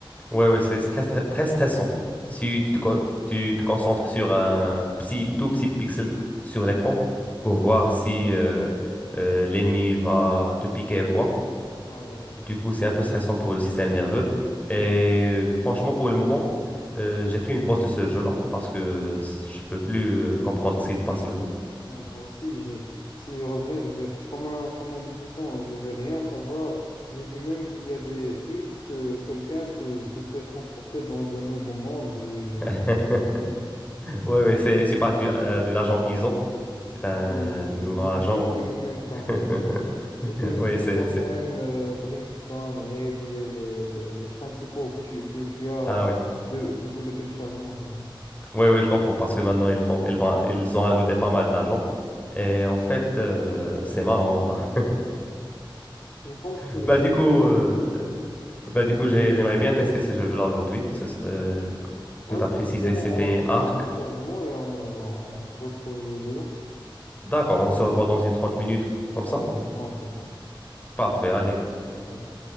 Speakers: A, on the left (about 15°); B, on the left (about 60°).
A: Ouais, ouais, c'est très, très, très stressant. Si tu te, con- tu te concentres sur un petit, tout petit pixel sur l'écran pour voir si euh, euh, l'ennemi va te piquer ou quoi,
B: Ouais,
A: Du coup, c'est un peu stressant pour le système nerveux.
B: c'est trop.
A: Et euh, franchement, pour le moment, euh, j'ai pris une pause de ce jeu-là parce que c- je peux plus euh, comprendre ce qu'il passe maintenant.
B: Moi, moi, si j'ai, si je reviens, je vais être comme un, comme un débutant, hein. je vais rien savoir. J'ai vu même qu'il y a des hulks que quelqu'un te, te fait transporter dans un nouveau monde. Je, je
A: <laughs>
B: rien du- tout.
A: Oui, oui, c'est, tu parles du, euh, de l'agent ISO. C'est un
B: Ah, mais Je
A: nouveau
B: ne
A: agent.
B: connais même pas,
A: <laughs>
B: moi. Je connais
A: Oui,
B: juste
A: c'est,
B: Omen,
A: c'est.
B: euh, Brimstone, Raze, les, les, les, les principaux que tu, que tu as
A: Ah oui.
B: de, depuis le téléchargement, tu vois.
A: Oui, oui, je comprends parce que maintenant, ils ont, ils vont, ils ont ajouté pas mal d'agents. Et
B: Ouais.
A: en fait, euh, c'est marrant, là.
B: Je pense
A: <laughs>
B: que...
A: Bah, du coup, euh,
B: Ouais,
A: Bah, du coup, j'ai- j'aimerais bien tester ce jeu-là aujourd'hui. Ce- Euh,
B: Ouais,
A: que tu as
B: bien
A: précisé,
B: sûr,
A: c'était
B: on lance
A: Arc.
B: le téléchargement et on, on se retrouve dedans.
A: D'accord, on se revoit dans une 30 minutes, comme
B: Allez,
A: ça?
B: on recommence.
A: Parfait, allez.
B: À tout.